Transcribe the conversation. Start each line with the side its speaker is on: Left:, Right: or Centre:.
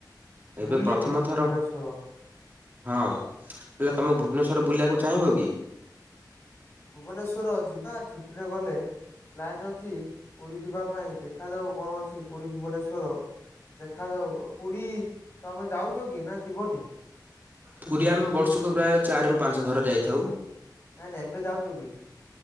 Right: ଏବେ
Left: ବୁଲିନି
Right: ପ୍ରଥମ
Left: ଭୁବନେଶ୍ଵର।
Right: ଥର ହଁ ହେଲେ ତମେ ଭୁବନେଶ୍ଵର ବୁଲିବାକୁ ଚାହିଁବ କି
Left: ଭୁବନେଶ୍ଵର ଯିବା ଛୁଟିରେ ଗଲେ ପ୍ଲାନ ଅଛି ପୁରୀ ଯିବା ପାଇଁ ଦେଖାଯାଉ କଣ ଅଛି ପୁରୀ ଭୁବନେଶ୍ଵର ଦେଖାାଯାଉ ପୁରୀ ତମେ ଯାଉଛ କି ନା ଯିବନି
Right: ପୁରୀ ଆମେ ବର୍ଷକୁ ପ୍ରାୟ ଚାରି ରୁ ପାଞ୍ଚ ଥର ଯାଇଥାଉ
Left: ନାଇଁ ନାଇଁ ଏବେ ଯାଉଛୁ କି